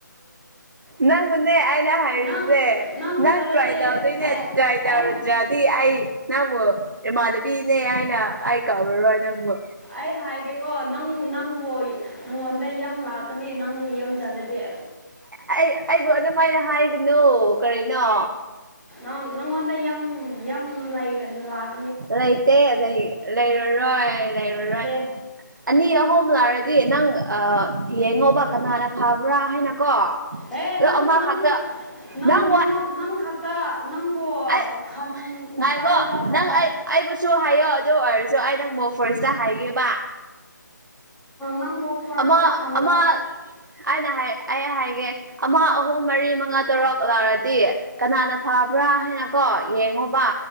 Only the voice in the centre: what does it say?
ꯅꯪ
ꯆꯠꯂꯗꯤ
ꯑꯩ
ꯑꯩ
ꯑꯩ ꯍꯥꯏꯒꯦꯀꯣ ꯅꯪ ꯅꯪ ꯍꯣꯏ ꯅꯪꯉꯣꯟꯗ ꯌꯝ ꯂꯥꯛꯀꯅꯤ ꯅꯪ ꯌꯨꯝ ꯆꯠꯂꯗꯤ
ꯅꯪꯉꯣꯟꯗ ꯌꯝ ꯌꯝ ꯂꯩꯒ ꯂꯥꯛ
ꯅꯠꯇꯦ
ꯍꯦ
ꯅꯪ
ꯅꯪ ꯅꯪ
ꯅꯪ ꯅꯪ ꯈꯛꯇ ꯅꯪꯕꯨ
ꯈꯟ
ꯐꯥꯔꯁꯇ ꯈꯜꯂꯣ
ꯅꯪꯕꯨ ꯐꯥꯔꯁꯇ
ꯈꯜꯂꯣ